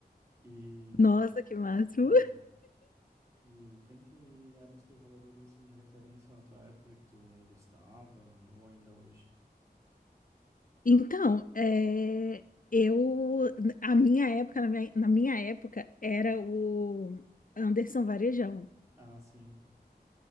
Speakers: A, on the right (about 20°); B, on the left (about 55°).
A: E,
B: Nossa, que máximo.
A: é, e quem que eram os teus jogadores assim de referência na tua época que tu gostava ou ainda hoje?
B: Então, é, eu, a minha época, na minha, na minha época, era o Anderson Varejão.
A: Ah, sim.